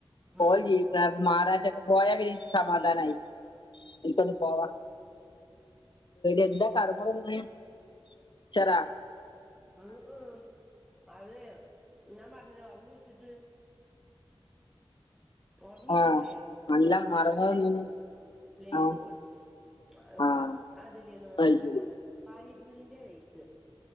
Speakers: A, on the left (about 55°); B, in the centre.
A: പോയി
B: ഉം
A: ജീവി മാറാ ചക്ക പോലെ എനിക്ക് സമാധാനം ആയി ഒന്ന് പോവാ എന്താ കറമ്മുറതിന്നേ മിച്ചറാ
B: മം മം അതെ ഞാൻ പറഞ്ഞില്ലേ ഒറങ്ങി വച്ചിട്ട് ഒറങ്ങീവെച്ചിട്ടേ
A: ആഹ് നല്ല
B: മറ്റേ
A: മറുമുറു
B: ലെയിസ്
A: തിന്നണ്
B: ലേയിസ്
A: ആഹ്
B: ഓടിഞ്ഞന്ന് അപ്പോ
A: ആഹ്
B: അതില്ന്ന
A: അത്
B: എന്താടാ
A: ശരി
B: പാനീ പൂരിന്റെ ലേസ്